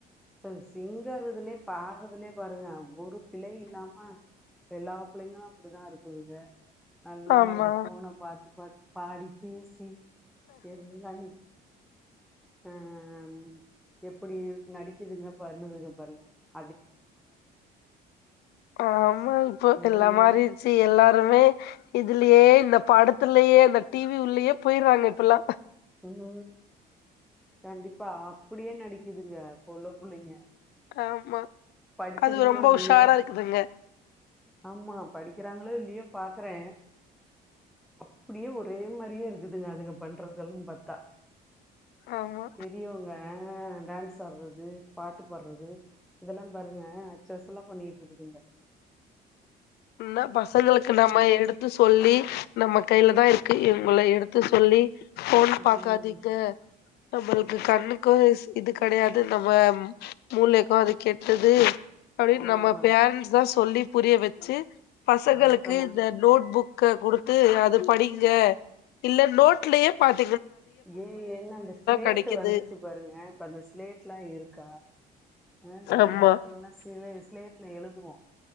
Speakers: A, in the centre; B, on the left (about 75°).
A: <unintelligible> ங்கறதுலே பாடுறதுலே பாருங்க ஒரு பிழை இல்லாம எல்லா பிள்ளைங்களு அப்படி தா இருக்குதுக நல்லா
B: ஆமா.
A: இத ஃபோன பாத்து பாத்து பாடி பேசி எந்தன்னைக்கி ஆஹ் ஆஹ் அம் எப்பிடி நடிக்குதுங்க பண்ணுதுங்க ருங்க
B: ஆமா இப்ப
A: ம்
B: எல்லா மாறிர்ச்சு எல்லாருமே இதுலயே இந்த படத்துலயே இந்த டி வி உள்ளயே போயிர்றாங்க இப்பெல்லா
A: உம் கண்டிப்பா அப்புடியே நடிக்குதுங்க இப்ப உள்ள புள்ளைங்க
B: ஆமா
A: படிக்குதுங்களோ
B: அதுக ரொம்ப
A: இல்லையோ
B: உஷாரா இருக்குதுங்க
A: ஆமா படிக்கறாங்களோ இல்லயோ பாக்கறே அப்பிடியே ஒரே மாரியே இருக்குதுங்க அதுங்க பண்ற இதல் பத்தா
B: ஆமா.
A: பெரியவுங்க ஆ டான்ஸ் ஆட்றது பாட்டு பாட்றது இதெல்லா பாருங்க அச்சசல்லா பண்ணிட்ருக்குதுங்க
B: ந்தா பசங்களுக்கு நம்ம எடுத்து சொல்லி நம்ம கைலதாருக் கு இவங்ளே எடுத்து சொல்லி ஃபோன்
A: ம்
B: பாக்காதீங்க நம்ளுக்கு கண்ணுக்கூ இது கெடயாது நம்ம மூளைக்கூ அது கெட்டது அப்டின்
A: ஆமா
B: நம்ம பேரண்ட்ஸ் தா சொல்லி புரிய வச் சு பசங்களுக்கு
A: வளக்கணு
B: இந்த நோட் புக் கு குடுத்து அது படிங்க இல்லே நோட்லயே பா
A: ஏ என்ன அந்த ஸ்லேட்டு
B: கெடைக்குது
A: வந்துச்சு பாருங்க இப்ப அந்த ஸ்லேட்ல்லா இருக்கா ஆ நம்ம
B: ஆமா
A: காலத்துலனா சிலே ஸ்லேட்டுல எழுதுவோ